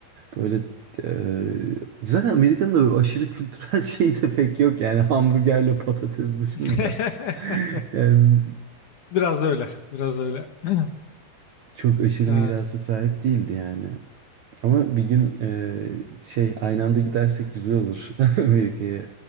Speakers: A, on the right; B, on the left.
A: Böyle eee, zaten Amerika'nın da böyle aşırı kültürel <laughs> şeyi de pek yok yani hamburgerle patates dışında.
B: <laughs>
A: <laughs> Yani
B: Biraz öyle. Biraz öyle. <clears throat>
A: çok aşırı
B: Ha,
A: mirasa sahip değildi yani. Ama bir gün eee, şey aynı anda gidersek güzel olur <laughs> Amerika'ya.